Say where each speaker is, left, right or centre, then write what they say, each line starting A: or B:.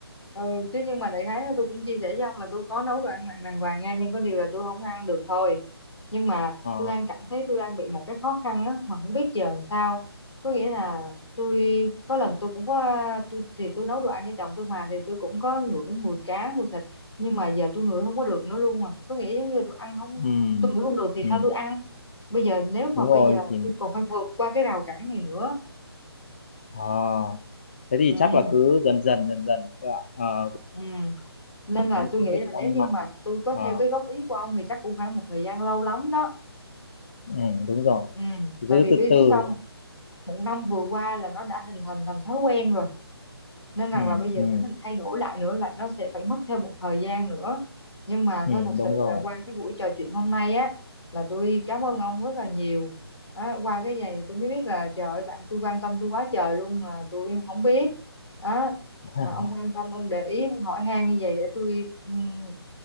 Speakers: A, on the left; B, on the left.
A: ừ chứ nhưng mà đại khái là tôi cũng chia sẻ với ông là tôi có nấu đồ ăn mặn đàng hoàng nha nhưng có điều là tôi không ăn được thôi nhưng mà
B: Ờ,
A: tôi đang cảm thấy tôi đang bị một cái khó khăn á mà không biết giờ làm sao có nghĩa là tôi có lần tôi cũng có tôi thì tôi nấu đồ ăn cho chồng tôi mà thì tôi cũng có ngửi mùi cá mùi thịt nhưng mà giờ tôi ngửi không có được nữa luôn à có nghĩa giống như tôi ăn không
B: ừ,
A: tôi ngửi không được thì
B: ừ,
A: sao tôi ăn bây giờ nếu mà
B: đúng
A: bây
B: rồi
A: giờ
B: thì
A: tôi còn phải vượt qua cái rào cản này nữa
B: ờ, thế thì
A: ừ
B: chắc là cứ dần dần dần dần các bạn, ờ,
A: ừ nên là
B: với
A: tôi
B: những
A: nghĩ
B: cái
A: là
B: thức
A: nếu
B: ăn
A: như
B: mặn
A: mà tôi có
B: Ờ,
A: theo cái góp ý của ông thì chắc cũng phải một thời gian lâu lắm đó
B: ừ, đúng rồi
A: ừ
B: cứ
A: tại vì
B: từ
A: biết
B: từ
A: biết sao không? một năm vừa qua là nó đã hình thành thành thói quen rồi nên rằng
B: ừ,
A: là bây giờ
B: ừ,
A: để mình thay đổi lại nữa lại nó sẽ phải mất thêm một thời gian nữa nhưng mà
B: ừ,
A: thôi thật
B: đúng
A: sự
B: rồi
A: là qua cái buổi trò chuyện hôm nay á là tôi cảm ơn ông rất là nhiều Á, qua cái này tôi mới biết là trời ơi bạn tôi quan tâm tôi quá trời luôn mà tôi không biết đó
B: <laughs>
A: mà ông quan tâm ông để ý ông hỏi han như vậy để tôi ừm,